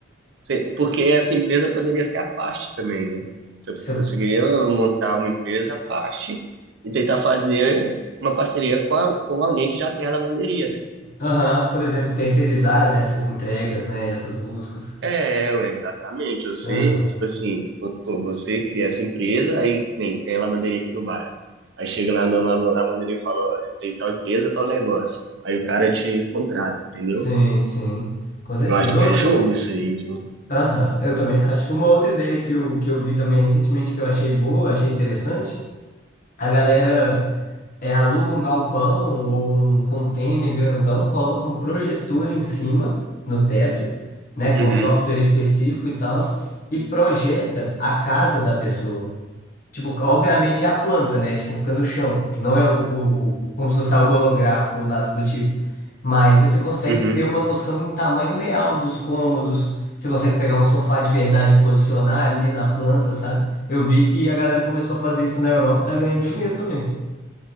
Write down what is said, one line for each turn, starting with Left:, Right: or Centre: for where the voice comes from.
Right: Você- Porque essa empresa poderia ser à parte também, né? Você
Left: Você-
Right: conseguiria montar uma empresa à parte e tentar fazer uma parceria com, a- com alguém que já tem a lavanderia, né?
Left: Aham. Por exemplo, terceirizar essas entregas, né? Essas buscas.
Right: É, ué, exatamente. Você,
Left: Aham.
Right: tipo assim, pô, você cria essa empresa, aí nem tem a lavanderia aqui no bairro. Aí chega lá a dona da lavanderia e fala, ó, eu tenho tal empresa, tal negócio. Aí o cara te contrata, entendeu?
Left: Sim, sim. Com certeza.
Right: Eu acho que
Left: Outra.
Right: é jogo isso aí, viu?
Left: Aham. Eu também acho. Uma outra ideia que eu, que eu vi também recentemente que eu achei boa, achei interessante. A galera. É, aluga um galpão ou um container grandão, coloca um projetor em cima, no teto, né, com
Right: Uhum,
Left: um software específico e tal, e projeta a casa da pessoa. Tipo, obviamente é a planta, né? Tipo, fica no chão. Não é o, o, o- como se fosse algo holográfico ou nada do tipo. Mas você consegue
Right: uhum.
Left: ter uma noção em tamanho real dos cômodos. Você consegue pegar um sofá de verdade e posicionar ali na planta, sabe? Eu vi que a galera começou a fazer isso na Europa e tá ganhando dinheiro também.